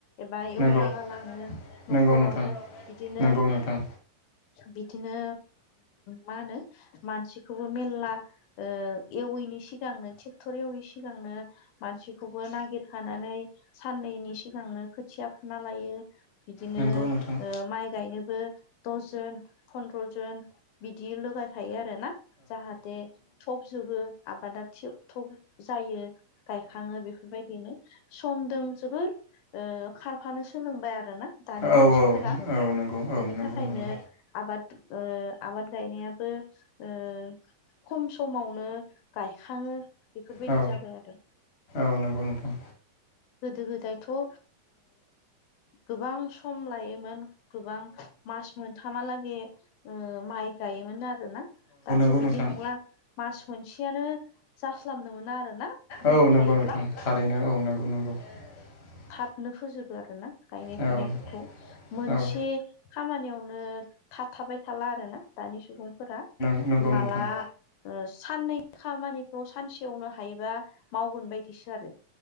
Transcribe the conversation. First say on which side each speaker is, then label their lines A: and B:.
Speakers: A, on the left; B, on the left.
A: एबा एवना
B: नंगौ
A: गालाङो। न'खरावनो
B: नंगौ नोंथां
A: बिदिनो
B: नंगौ नोंथां
A: बिदिनो मा होनो मानसिखौबो मेलला ओ एवैनि सिगांनो ट्रेक्टर एवैनि सिगांनो मानसि खौबो नागिरखानानै सान्नैनि सिगांनो खोथिया फुना लायो बिदिनो
B: नंगौ नोंथां
A: माइ गायनोबो द जन फन्द्र जन बिदि लगायखायो आरो आरोना जाहाथे थब जबो आबादा थब जायो गायखां ङो बेफोरबायदिनो समदों जोबोर ओ खारफानो सोलोंबाय आरो ना दानि
B: औ
A: मानसिफोरा
B: औ औ नंगौ औ
A: बिनि
B: नंगौ
A: थाखायनो
B: नंगौ
A: आबाद ओ आबाद गायनायाबोओ खम समावनो गायखाङो बेफोरबायदि
B: औ
A: जाबाय आरो
B: औ नंगौ नोंथां
A: गोदो गोदायथ' ओ गोबां सम लायोमोन गोबां मास मोनथामालागै ओ माइ गायोमोन आरोना दाथ'
B: गोबां नाथाय
A: बिदि नंला मास मोनसेयानो जास्लाबनो मोन आरोना ना दै
B: औ
A: थायोब्लाओ
B: नंगौ नोंथां थारैनो औ नंगौ नंगौ <inaudible>
A: थाबनो फोजोबो आरो ना गायनाय
B: बेफोर
A: फुनायफोरखौ मोनसे
B: औ
A: खामानियावनो थाबथाबाय थाला आरोना दानि सुबुंफोरा
B: औ नंगौ
A: माला
B: नोंथां
A: साननै खामानि खामानिखौ सानसेयावनो हायोबा मावगोन बायदिसो आरो